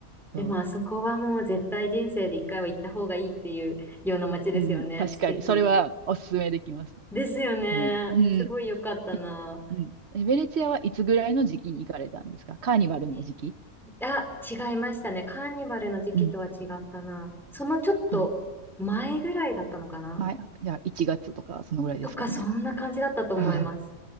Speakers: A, on the right (about 50°); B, in the centre.
A: そう、
B: でも、まあそこはもう絶対人生で一回は行った方がいいっていうような街ですよね。
A: うん、確かに、
B: 素敵。
A: それはおすすめできます。
B: ですよね。
A: ね、うん。
B: すごい良かったな。
A: いうん。え、ベネツアはいつぐらいの時期に行かれたんですかカーニバルの時期
B: えあ、違いましたね。カーニバルの時期とは違ったな。
A: うん。
B: そのちょっと前ぐらいだったのかな
A: はい。まあ、じゃあ1月とか、そのぐらいですかね。
B: とか、そんな感じだったと思います。
A: あ